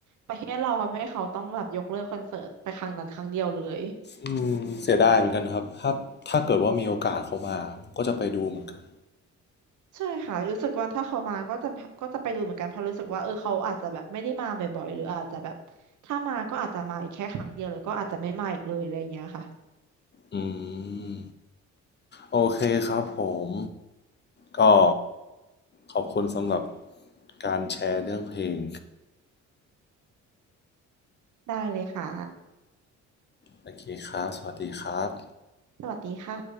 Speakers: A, on the right; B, on the left.
A: ประเทศเราทำให้เขาต้องแบบยกเลิกคอนเสิร์ตไปครั้งนั้นครั้งเดียวเลย
B: อืมเสียดายเหมือนกันครับถ้าถ้าเกิดว่ามีโอกาสเขามาก็จะไปดูเหมือนกัน
A: ใช่ค่ะรู้สึกว่าถ้าเขามาก็จะก็จะไปดูเหมือนกันเพราะรู้สึกว่าเออเขาอาจจะแบบไม่ได้มาบ่อยๆหรืออาจจะแบบถ้ามาก็อาจจะมาอีกแค่ครั้งเดียวแล้วก็อาจจะไม่มาอีกเลยอะไรอย่างเงี้ยค่ะ
B: อืมโอเคครับผมก็ขอบคุณสำหรับการแชร์เรื่องเพลง
A: ได้เลยค่ะ
B: โอเคครับสวัสดีครับ
A: สวัสดีค่ะ